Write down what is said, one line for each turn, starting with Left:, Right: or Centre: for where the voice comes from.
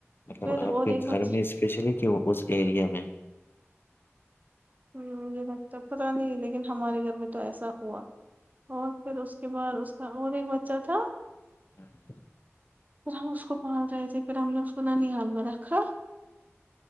Left: مطلب
Right: پھر
Left: آپ
Right: اور
Left: کے
Right: ایک
Left: گھر
Right: بچ
Left: میں اسپیشلی کیوں اس ایریا میں
Right: مجھے تب تک پتا نہیں لیکن ہمارے گھر میں تو ایسا ہوا اور پھر اس کے بعد اس کا اور ایک بچہ تھا
Left: ہوں <inaudible>
Right: پھر ہم اس کو پال رہے تھے پھر ہم نے اس کو نانیال میں رکھا